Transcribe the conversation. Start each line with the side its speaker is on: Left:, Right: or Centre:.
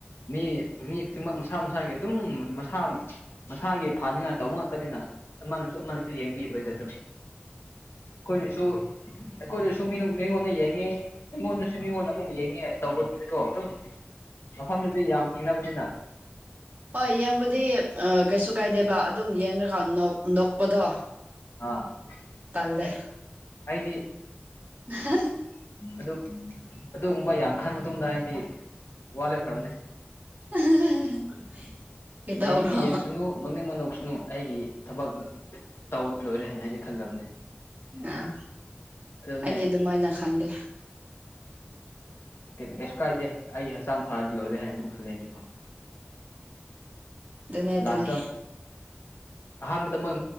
Left: ꯃꯤ ꯃꯤ ꯈꯨꯗꯤꯡꯃꯛ ꯃꯁꯥ ꯃꯁꯥꯒꯤ ꯑꯗꯨꯝ ꯃꯁꯥ ꯃꯁꯥꯒꯤ ꯐꯥꯅꯤꯡꯉꯥꯏ ꯇꯧꯕ ꯉꯥꯛꯇꯅꯤꯅ ꯑꯃꯅꯁꯨ ꯑꯃꯅꯁꯨ ꯌꯦꯡꯕꯤꯔꯣꯏꯗ ꯑꯗꯨ ꯀꯣꯏꯅꯁꯨꯨ ꯑꯩꯈꯣꯏꯗꯁꯨ ꯃꯤꯉꯣꯟꯗ ꯌꯦꯡꯉꯦ ꯑꯩꯉꯣꯟꯗꯁꯨ ꯃꯤꯉꯣꯟꯗ ꯑꯃꯨꯛ ꯌꯦꯡꯉꯦ ꯇꯧꯕꯗꯨꯗꯤꯀꯣ ꯑꯗꯨꯝ ꯃꯐꯝꯗꯨꯗꯤ ꯌꯥꯝ ꯊꯦꯡꯅꯕꯅꯤꯅ
Right: ꯍꯣꯏ ꯌꯦꯡꯕꯗꯤ ꯑꯥ ꯀꯩꯁꯨ ꯀꯥꯏꯗꯦꯕ ꯑꯗꯨꯝ ꯌꯦꯡꯉꯀꯥꯟ ꯅꯣꯛꯄꯗꯣ
Left: ꯑꯥ
Right: ꯇꯜꯂꯦ
Left: ꯑꯦ ꯍꯥꯏꯗꯤ
Right: <unintelligible>
Left: ꯑꯗꯨ ꯑꯗꯨꯒꯨꯝꯕ ꯌꯥꯝ ꯈꯟ ꯃꯇꯨꯡꯗ ꯍꯥꯏꯗꯤ ꯋꯥ ꯂꯦꯞꯈ꯭ꯔꯕꯅꯦ
Right: <unintelligible> ꯀꯩꯗꯧꯔꯣ
Left: ꯌꯦꯡꯅꯤꯡꯕ ꯌꯦꯡꯁꯅꯨ ꯅꯣꯛꯅꯤꯡ ꯅꯣꯛꯁꯅꯨ ꯑꯩꯒꯤ ꯊꯕꯛ ꯇꯧ ꯂꯣꯏꯔꯦ ꯍꯥꯏꯅ ꯑꯩꯗꯤ ꯈꯜꯂꯝꯅꯦ
Right: ꯑꯥ
Left: ꯑꯗꯨꯅꯦ
Right: ꯑꯩꯗꯤ ꯑꯗꯨꯃꯥꯏꯅ ꯈꯟꯗꯦ
Left: ꯀꯩꯁꯨ ꯀꯥꯏꯗꯦ ꯑꯩꯒꯤ ꯍꯛꯆꯥꯡ ꯐꯥꯗꯤ ꯂꯣꯏꯔꯦ ꯍꯥꯏꯅ ꯑꯗꯨꯝ ꯈꯜꯂꯦ ꯑꯩꯗꯤ
Right: ꯑꯗꯨꯅꯦ ꯑꯗꯨꯅꯦ
Left: ꯂꯥꯁꯇ ꯑꯍꯥꯟꯕꯗ ꯃꯣꯏ